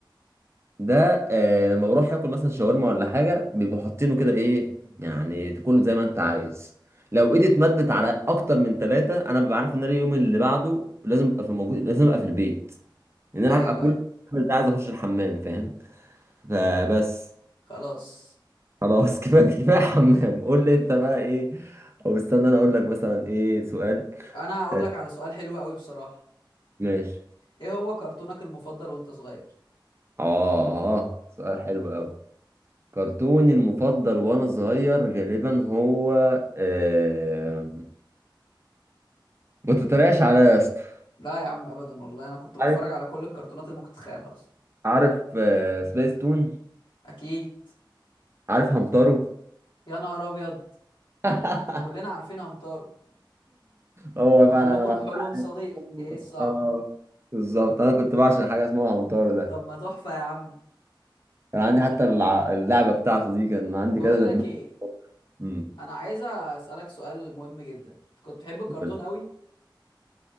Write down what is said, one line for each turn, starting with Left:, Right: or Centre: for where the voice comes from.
Right: ده آه لما بروح اكل مثلا شاورما ولا حاجه بيبقوا حاطينه كده ايه يعني تاكله زي ما انت عايز لو ايدي اتمدت على اكتر من ثلاثه انا ببقى عارف ان انا اليوم اللي بعده لازم ابقى في موجود لازم ابقى في البيت ان انا
Left: ايوه
Right: هبقى كل
Left: ايوه
Right: ده عايز اخش الحمام فاهم فبس
Left: خلاص
Right: خلاص <laughs> كفايه كفايه حمام قول لي انت بقى ايه او استنى انا اقول لك مثلا ايه سؤال
Left: انا هقول
Right: آه،
Left: لك على سؤال حلو قوي بصراحه
Right: ماشي
Left: ايه هو كرتونك المفضل وانت صغير
Right: اه سؤال حلو قوي كرتوني المفضل وانا صغير غالبا هو آه... ما تتريقش عليا يا اسطى
Left: لا يا عم ابدا والله انا كنت بتفرج
Right: عارف
Left: على كل الكرتونات اللي ممكن تتخيلها اصلا
Right: عارف آه... سبيس تون
Left: اكيد
Right: عارف همتارو
Left: يا نهار ابيض
Right: <laughs>
Left: كلنا عارفين همتارو
Right: هو
Left: مخلوق
Right: بقى انا
Left: حلو
Right: أنا-
Left: صغير ايه الصعب
Right: اه بالظبط انا كنت بعشق حاجه اسمها همتارو ده
Left: طب ما تحفه يا عم
Right: كان عندي حتى الع- اللعبة بتاعته دي كان عندي
Left: بقول
Right: كذا
Left: لك
Right: دبدوب
Left: ايه
Right: امم
Left: انا عايزه اسالك سؤال مهم جدا انت كنت بتحب الكرتون
Right: وكنت-
Left: قوي